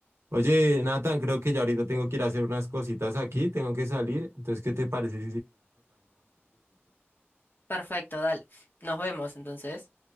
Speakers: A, on the right; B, on the left.
A: Oye, Nathan, creo que ya ahorita tengo que ir a hacer unas cositas aquí, tengo que salir. Entonces, ¿qué te parece
B: Perfecto, dale. Nos vemos entonces.